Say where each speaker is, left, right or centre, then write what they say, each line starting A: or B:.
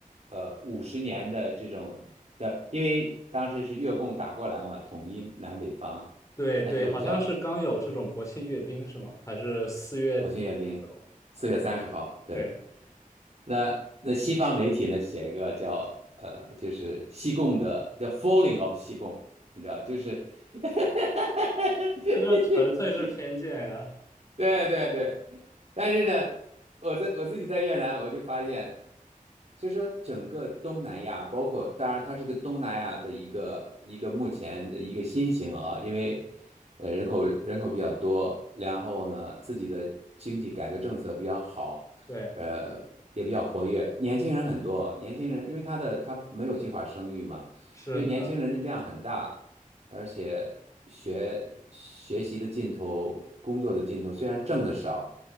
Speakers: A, on the right; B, on the left.
A: 呃五十年的这种的，因为当时是越共打过来嘛，统一南北方，
B: 对对，
A: 它就叫
B: 好像是刚有这种国庆阅兵是吗？还是四月底的时候？
A: 国庆阅兵，四月三十号。对，
B: 对，
A: 那那西方媒体呢写一个叫呃，就是西贡的叫 Falling of 西贡，你知道，就是 <laughs>
B: 这个纯粹是偏见呀。
A: <laughs> 对对对，但是呢，我在我自己在越南，我就发现，就说整个东南亚，包括当然它是个东南亚的一个一个目前的一个新型啊，因为呃人口人口比较多，然后呢自己的经济改革政策比较好，
B: 对，
A: 呃也比较活跃，年轻人很多，年轻人因为他的他没有计划生育嘛，
B: 是的，
A: 所以年轻人的量很大。而且学学习的劲头、工作的劲头，虽然挣得少，